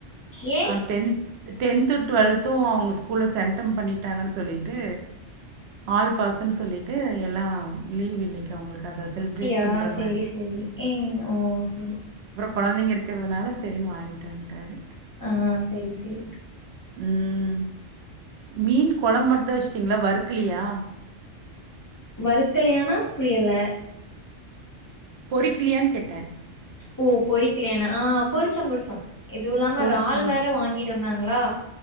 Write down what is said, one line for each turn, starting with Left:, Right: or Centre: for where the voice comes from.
Left: ஏ
Right: டென்த் டென்த்து டுவல்த்தும் அவுங்க ஸ்கூல்ல சென்டம் பண்ணி விட்டாங்கனு சொல்லிட்டு ஆல் பாஸ்னு சொல்லிட்டு எல்லாம் லீவ் இன்னைக் அவுங்களுக்கு அத செலிப்ரேட்
Left: ஆ
Right: பண்ணுற
Left: சேரி
Right: மாதிரி
Left: சேரி இங் ஓ செரி
Right: கொழந்தைங்க இருக்குறதுனால செரின்னு வாங்கிட்டு வந்துட்டாரு
Left: ஆ செரி செரி
Right: ம் மீன் கொழம்பு மட்டுந்தா வச்சுட்டீங்களா வறுக்கலையா
Left: வறுக்கலையானா புரியல
Right: பொறிக்கலையான்னு கேட்டே
Left: ஓ பொறிக்கலையானா ஆ பொறுச்சோ பொறுச்சோ இது இல்லாம
Right: பொறிச்சிங்
Left: றால் வேற வாங்கிட் வாங்கிட்டு வந்தாங்களா